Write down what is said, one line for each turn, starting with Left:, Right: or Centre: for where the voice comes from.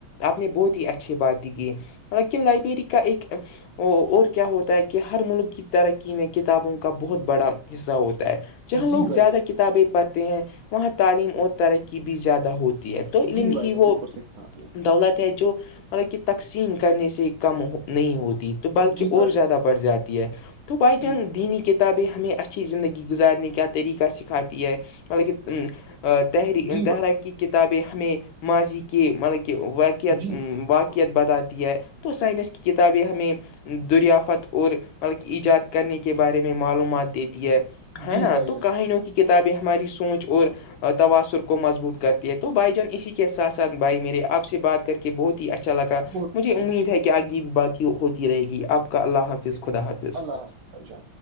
Left: آپ نے بہت ہی اچھی باتیں کی لطکن لائبریری کا ایک ا اور کیا ہوتا ہے کہ ہر ملک کی ترقی میں کتابوں کا بہت بڑا حصہ ہوتا ہے جہاں لوگ
Right: جی بھائی
Left: زیادہ
Right: جان
Left: کتابیں پڑھتے ہیں وہاں تعلیم اور ترقی بھی زیادہ ہوتی ہے تو ع
Right: جی بھائی
Left: ہی
Right: جان
Left: وہ
Right: بالکل صحیح کہا آپ نے
Left: دولت ہے جو مطلب کہ تقسیم کرنے سے کم نہیں ہوتی تو بلکہ
Right: جی
Left: اور
Right: بھائی
Left: زیادہ
Right: جان
Left: بڑھ جاتی ہے تو بائی چانس
Right: جی بالکل
Left: دینی کی کتابیں ہمیں اچھی زندگی گزارنے کا طریقہ سکھاتی ہے مطلب کہ تحری
Right: جی
Left: تحراک کی کتابیں ہمیں ماضی کے مطلب کہ واقعتا
Right: بھائی جی بالکل
Left: یت بتاتی ہے تو سائنس کی کتابیں ہمیں دریافت اور بلک ایجاد کرنے کے بارے میں معلومات دیتی ہے ہے
Right: جی
Left: نا
Right: بھائی
Left: تو
Right: جان
Left: کہیں نک کتابیں ہماری سوچ اور تواسر کو مضبوط کرتی ہے تو بھائی جان اسی ساتھ ساتھ بھائی میرے آپ سے بات کر کے بہت ہی اچھا لگا
Right: بہت
Left: مجھے
Right: اچھا جی
Left: امید ہے کہ آگ کی بات ہوتی رہے گی آپ کا اللہ
Right: اللہ
Left: حافظ خدا حافظ
Right: اللہ اچھا